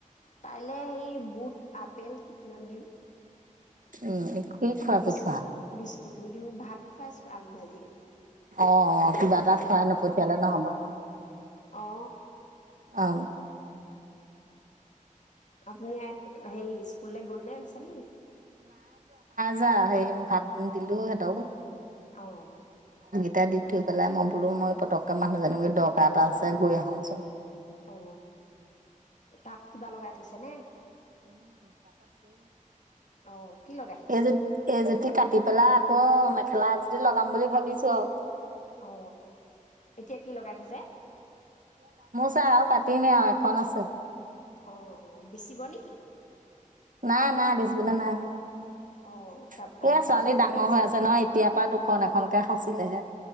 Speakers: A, on the left; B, on the right.
A: কাইলে সেই বুট আপেল টিফিনত দিওঁ
B: উম খুৱাই
A: বি
B: পঠিওৱা
A: বিস্কুতো দিওঁ ভাত খুৱাইছো আলু ভাজিয়ে
B: অ কিবা এটা খোৱাই নপঠিয়ালে নহ'ব ন
A: অ
B: অ
A: আপুনি সেই স্কুল গ'ল ন ছোৱালী
B: যা সেই ভাত দিলো সিহঁতক
A: অ
B: এতিয়া দি থৈ পেলাই মই বোলো মই পতককে মানুহজনীক দৰকাৰ এটা আছে গৈ আহোচোন
A: অ তাত কিবা লগাই থৈছে নে অ কি লগাই থৈছে
B: এইজু এইজুতি কাটি পেলাই অ মেখেলা আজদি লগাম বুলি ভাবিছো আৰু
A: অ এতিয়া কি লগাই থৈছে
B: া আৰু কাটিমেই আৰু এখন আছে
A: অ অ বেচিব নেকি
B: নাই নাই দিছ বোলো নাই এ
A: অ কা
B: ছোৱালী
A: কাৰোবাৰ
B: ডাঙৰ
A: লগাইছে
B: হৈ
A: বেলেগ
B: আছে নহয় এতিয় পৰা দুখন এখনকে খাঁচিলেহে